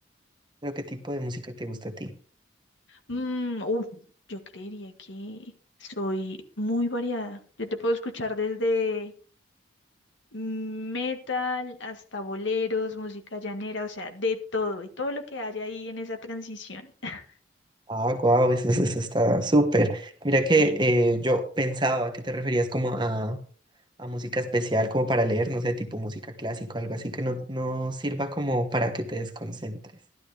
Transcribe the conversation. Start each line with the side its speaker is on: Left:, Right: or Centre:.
Right: ¿Pero qué tipo de música te gusta a ti?
Left: Mm, uf, yo creería que soy muy variada. Yo te puedo escuchar desde metal hasta boleros, música llanera, o sea, de todo y todo lo que haya ahí en esa transición. <laughs>
Right: Ah, guau, eso, eso está súper. Mira que
Left: Sí.
Right: eh, yo pensaba que te referías como a a música especial como para leer, no sé, tipo música clásica, algo así que no, no sirva como para que te desconcentres.